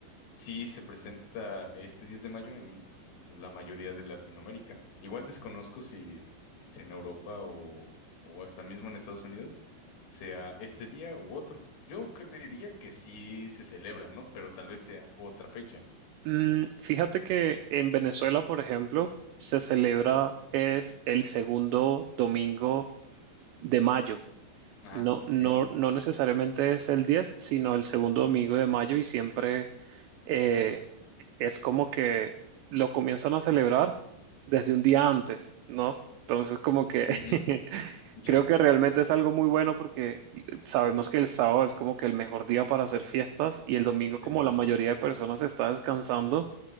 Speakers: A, on the left (about 65°); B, on the right (about 85°).
A: Sí se presenta este 10 de mayo en la mayoría de Latinoamérica. Igual desconozco si, si en Europa o, o hasta mismo en Estados Unidos sea este día u otro. Yo creería que sí se celebra, ¿no? Pero tal vez sea otra fecha.
B: Mm, fíjate que en Venezuela, por ejemplo, se celebra,
A: ¿Mm?
B: es el segundo domingo de mayo.
A: Ah,
B: No,
A: ok.
B: no, no necesariamente es el 10, sino el segundo domingo de mayo y siempre eh, es como que lo comienzan a celebrar desde un día antes, ¿no? Entonces como que
A: Ujú,
B: <laughs>
A: Ya.
B: creo que realmente es algo muy bueno porque sabemos que el sábado es como que el mejor día para hacer fiestas y el domingo como
A: Sí, sí.
B: la mayoría de personas está descansando,